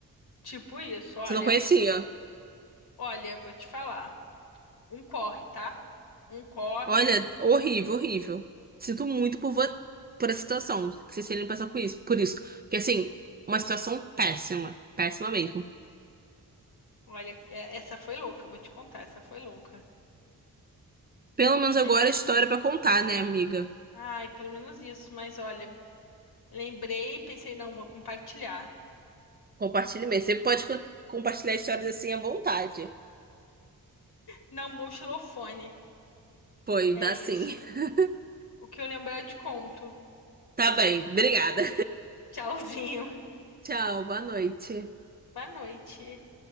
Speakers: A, on the left (about 70°); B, on the right (about 25°).
A: Tipo isso, olha,
B: Você não conhecia.
A: olha, vou te falar. Um corre, tá? Um corre.
B: Olha, horrível, horrível. Sinto muito por, vo- por essa situação. Que vocês terem que passar com isso. Por isso. Porque, assim, uma situação péssima. Péssima mesmo.
A: Olha, é- essa foi louca, vou te contar, essa foi louca.
B: Pelo menos
A: Mas,
B: agora é história pra contar, né, amiga?
A: ai, pelo menos isso. Mas olha, lembrei, pensei, não, vou compartilhar.
B: Compartilhe mesmo. Você pode co- compartilhar histórias assim à vontade.
A: Não, um bom xilofone.
B: Foi,
A: É
B: dá
A: isso.
B: sim. <laughs>
A: O que eu lembrar, eu te conto.
B: Tá bem, obrigada.
A: Tchauzinho.
B: <laughs> Tchau, boa noite.
A: <laughs> Boa noite.